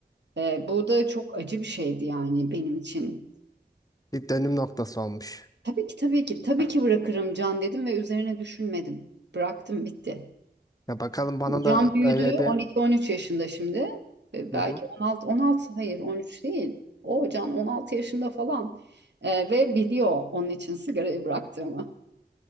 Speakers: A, on the right; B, on the left.
A: E, bu da çok acı bir şeydi yani benim için.
B: Bir dönüm noktası olmuş.
A: Tabii ki tabii ki tabii ki bırakırım Can dedim ve üzerine düşünmedim. Bıraktım bitti.
B: Ya bakalım bana da
A: Can büyüdü
B: öyle bir
A: 12-13 yaşında şimdi. E, belki
B: hı hı.
A: 16 16 hayır 13 değil. O Can 16 yaşında falan. E, ve biliyor onun için sigarayı bıraktığımı.